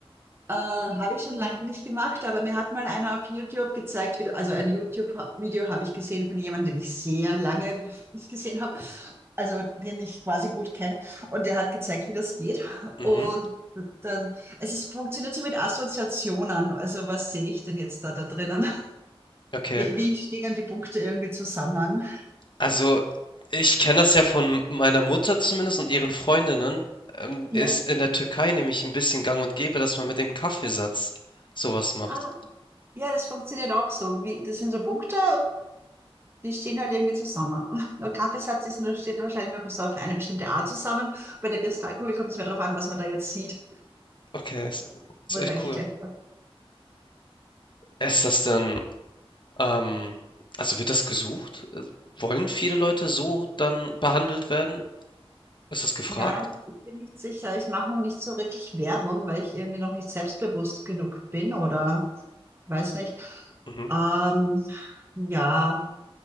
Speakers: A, on the right; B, on the left.
A: äh, habe ich schon lange nicht gemacht, aber mir hat mal einer auf YouTube gezeigt, wie, du- also ein YouTube-Video habe ich gesehen von jemandem, den ich sehr lange <laughs> nicht gesehen habe, also den ich quasi gut kenne. Und der hat gezeigt, wie das geht.
B: Mhm.
A: Und dann, es ist, funktioniert so mit Assoziationen. Also was sehe ich denn jetzt da, da drinnen? <laughs>
B: Okay.
A: Wie, wie stehen die Punkte irgendwie zusammen?
B: Also, ich kenne das ja von meiner Mutter zumindest und ihren Freundinnen. Ähm,
A: Ja.
B: ist in der Türkei nämlich ein bisschen gang und gäbe, dass man mit dem Kaffeesatz sowas macht.
A: Ah, ja, das funktioniert auch so. Wie, das sind so Punkte Die stehen halt irgendwie zusammen. <laughs> Nur Kaffeesatz ist nur, steht wahrscheinlich nur so auf eine bestimmte Art zusammen. Bei der Kristallkugel kommt es mehr darauf an, was man da jetzt sieht.
B: Okay, das ist
A: Obwohl
B: echt
A: es eigentlich
B: cool.
A: gleich. war.
B: Ist das dann, ähm, also wird das gesucht? Äh, Wollen viele Leute so dann behandelt werden? Ist das gefragt?
A: Ja, ich, ich bin nicht sicher. Ich mache noch nicht so wirklich Werbung, weil ich irgendwie noch nicht selbstbewusst genug bin oder weiß nicht.
B: Mhm.
A: Ähm, ja,